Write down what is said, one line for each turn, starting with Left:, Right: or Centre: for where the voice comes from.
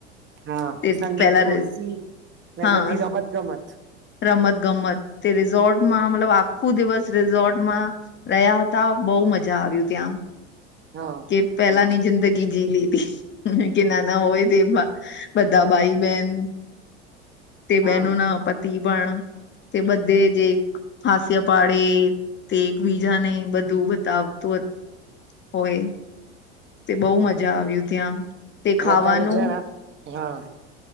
Right: હા
Left: તે
Right: સંગીત
Left: પેલા
Right: ખુરસી ને
Left: હા
Right: બધી રમત - ગમત
Left: રમત - ગમત તે રિસોર્ટમાં મતલબ આખું દિવસ રિસોર્ટમાં રયા હોતા બો મજા આવી ત્યાં
Right: હા
Left: કે પેલાની
Right: હા
Left: જિંદગી જીવી લીધી કે નાના હોય તેવા બધા ભાઈ- બહેન તે
Right: હા
Left: બહેનો ના પતિ પણ તે બધે જ એક હાસ્ય પાડી તે એકબીજાને બધું બતાવતું હતું. હોય તે બો મજા આવ્યું ત્યાં તે ખાવાનું
Right: વધારે જણા હા.